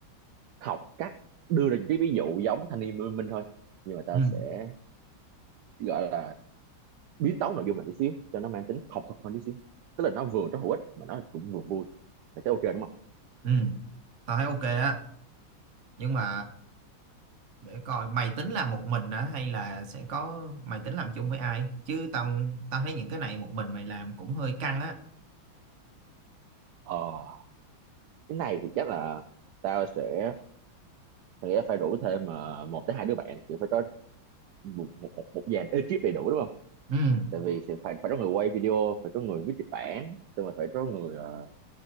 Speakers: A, on the right; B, on the right.
A: học cách đưa ra những cái ví dụ giống thanh niên Minh Minh thôi nhưng mà tao
B: ừ,
A: sẽ gọi là biến tấu nội dung lại tí xíu cho nó mang tính học thuật hơn tí xíu tức là nó vừa nó hữu ích mà nó cũng vừa vui mày thấy ok đúng không
B: ừ. tao thấy ok á nhưng mà để coi mày tính làm một mình hả hay là sẽ có mày tính làm chung với ai chứ tao tao thấy những cái này một mình mày làm cũng hơi căng á
A: ờ cái này thì chắc là tao sẽ tao nghĩ là phải rủ thêm mà một tới hai đứa bạn chỉ phải có một một một, một dàn ekip đầy đủ đúng không
B: ừ.
A: tại vì thì phải phải có người quay video phải có người viết kịch bản xong rồi phải có người ờ,